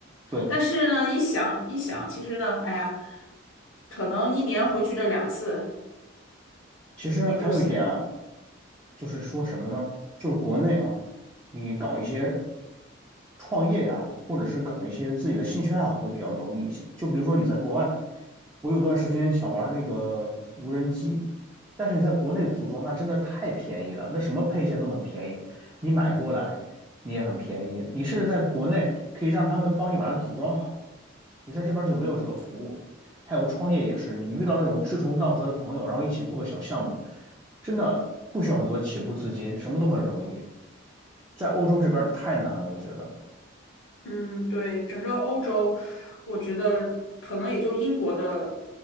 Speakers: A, on the right (about 15°); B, on the left (about 75°).
A: 对，
B: 但是呢，一想一想，其实呢，哎呀，可能一年回去这两次
A: 其实还有一点啊，
B: 也就行。
A: 就是说什么呢？就是国内啊，你搞一些创业呀，或者是搞一些自己的兴趣爱好会比较容易一些。就比如说你在国外，我有段时间想玩那个无人机，但是你在国内组装那真的太便宜了，那什么配件都很便宜，你买过来你也很便宜。你甚至在国内可以让他们帮你把它组装好。你在这边就没有这个服务。还有创业也是，你遇到那种志同道合的朋友，然后一起做个小项目，真的不需要很多起步资金，什么都很容易。在欧洲这边太难了，我觉得。
B: 嗯，对，整个欧洲，我觉得可能也就英国的